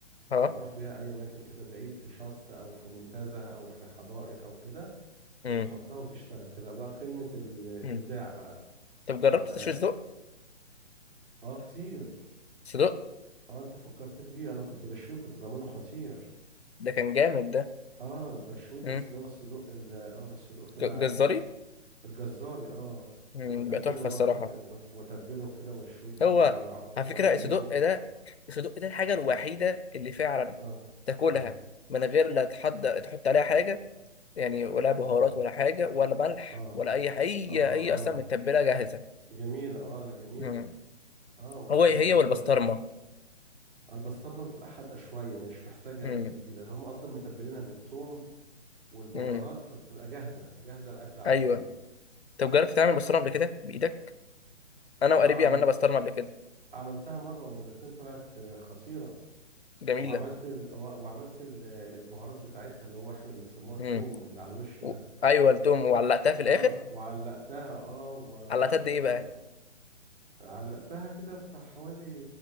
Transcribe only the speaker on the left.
ها
مم.
مم.
طب جربت
تشوي صدق
صدق
ده كان جامد ده
مم.
ج- جزاري
مم،
يبقى تحفه
الصراحه
هو
على
فكره الصدق ده الصدق ده الحاجه الوحيده اللي فعلا
تاكلها
من غير لا تحضر تحط عليها حاجه يعني ولا بهارات
ولا حاجه ولا ملح
ولا اي اي
اي
اصلا متبله جاهزه
مم.
هو هي
والبسطرمه
مم.
مم.
ايوه
طب جربت تعمل بسطرمه قبل كده بايدك انا وقريبي
عملنا بسطرمه قبل كده
جميله
مم.
و...
ايوه التوم وعلقتها في الاخر
علقتها قد
ايه بقى